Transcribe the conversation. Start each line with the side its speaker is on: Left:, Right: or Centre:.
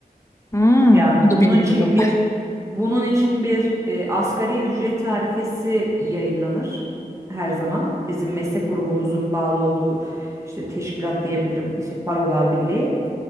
Left: Hmm,
Right: Yani
Left: bunu da
Right: bunun
Left: bilmiyordum.
Right: için bir
Left: <laughs>
Right: bunun için bir e, asgari ücret tarifesi yayınlanır her zaman. Bizim meslek grubumuzun bağlı olduğu işte teşkilat diyebilirim, işte Barolar Birliği.